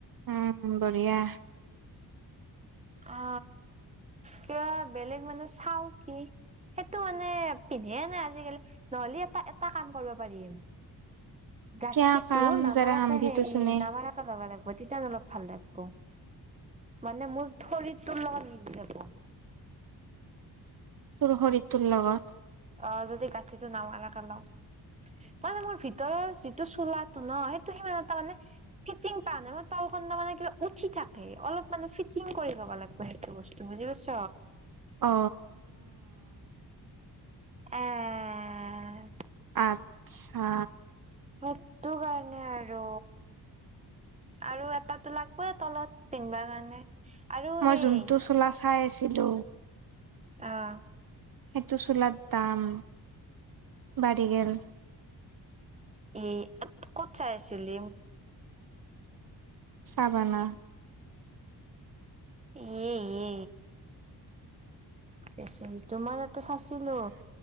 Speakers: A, on the right (about 55°); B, on the right (about 15°).
A: উম বঢ়িয়া
B: অ কিবা বেলেগ মানে চাও কি সেইটো মানে পিন্ধে নাই আজিকালি নহ'লে এটা এটা কাম কৰিব পাৰিম,। গাঁঠিতো
A: কিয়া কাম
B: নামাৰকে
A: যাৰা হাম ভি
B: সেই
A: তো চুনে
B: নামাৰকে ল'বা লাগিব। ম তেতিান অলপ ভাল লাগিব। মানে মোৰ শৰীৰটোৰ লগত মিলি যাব।
A: তোৰ ভৰি তোৰ লগত।
B: অ যদি গাঁঠিটো নামাৰাকে লওঁ মানে মোৰ ভিতৰৰ যিটো চোলাটো ন সেইটো সিমান এটা মানে ফিটিং পোৱা নাই মই ত মানে কিবা উঠি থাকে অলপ মানে ফিটিং কৰি লব লাগিব সেইটো বস্তু বুজি পাইছ
A: অ
B: উম
A: আচ্ছা
B: সেতু কাৰ এ আৰু আৰু এটা লাগবই তলত পিন্ধবা কাৰণে আৰু
A: মই
B: সেই
A: জোনটো চোলা চাই আছিলো
B: আহ
A: সেইটো চুলাৰ দাম বাঢ়ি গল।
B: এই ক'ত চাই আছিল ল
A: চাবানা
B: উ উ উ বেছ তোমাৰ চাছিলো